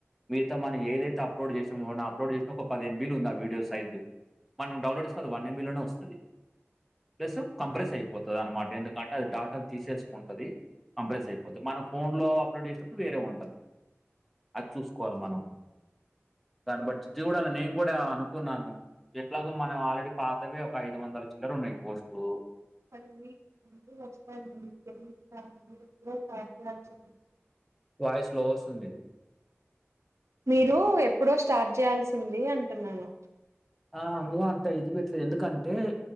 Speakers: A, in the centre; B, on the right.
A: మీగత మనం ఏదైతే
B: ఉహు
A: అప్లోడ్ చేసామొ డ్ చే ఒక పది ఎంబీలు ఉంది ఆ వీడియో సైజు మనం డౌన్లోడ్ చేసుకో వన్ ఎంబీలోనే వస్తది ప్లస్ కంప్రెస్ అయిపోతదన్నమాట ఎందుకంటే అది డాటాను తీసేసుకుంటది కంప్రెస్ అయిపోతది మనం ఫోన్ లో అప్లోడ్ చేసేటప్పుడు వేరే ఉంటది అది చూసుకోవాలి మనం దాన్ని బట్టి చూడాలి నేను కూడా అనుకున్నాను ఎట్లాగో మనవి ఆల్రెడీ పాతవే ఒక ఐదు వందల చిల్లరున్నాయి పోస్ట్లు
B: <unintelligible>
A: వాయిస్ లో వస్తుంది మీది
B: మీరు ఎప్పుడో స్టార్ట్ చేయాల్సింది అంటున్నాను
A: ఆ అందులో అంతా ఇది పెట్టలేదు ఎందుకంటే